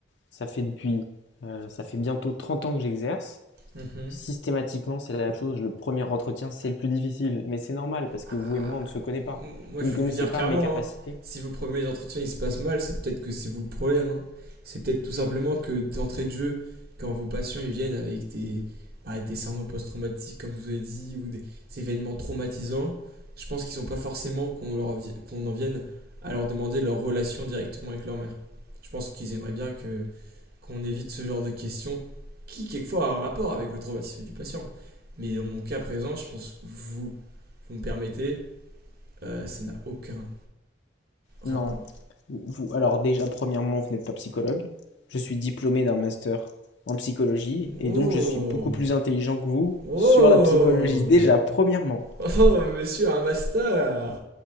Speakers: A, on the left (about 70°); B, on the right (about 55°).
A: ça fait depuis. euh, ça fait bientôt 30 ans que j'exerce.
B: Mhm.
A: Systématiquement, c'est la même chose. Le premier entretien, c'est le plus difficile. Mais c'est normal parce que
B: Ah,
A: vous et moi, on ne se connaît pas.
B: Moi,
A: Vous
B: je
A: ne
B: vais
A: connaissez
B: vous dire
A: pas
B: clairement,
A: mes capacités.
B: hein, si vos premiers entretiens ils se passent mal, c'est peut-être que c'est vous le problème. hein. C'est peut-être tout simplement que d'entrée de jeu, quand vos patients ils viennent avec des, bah, des syndromes post-traumatiques, comme vous avez dit, ou des événements traumatisants, je pense qu'ils n'ont pas forcément qu'on leur qu'on en vienne à leur demander leur relation directement avec leur mère. Je pense qu'ils aimeraient bien que qu'on évite ce genre de questions qui quelquefois a un rapport avec le traumatisme du patient. Mais dans mon cas présent, je pense vous vous me permettez, euh, ça n'a aucun
A: Non.
B: rapport.
A: Vous, alors déjà, premièrement, vous n'êtes pas psychologue. Je suis diplômé d'un master en psychologie
B: Oh
A: et donc je suis beaucoup plus intelligent que vous
B: Oh
A: sur la psychologie. Déjà, premièrement.
B: Oh, monsieur a un master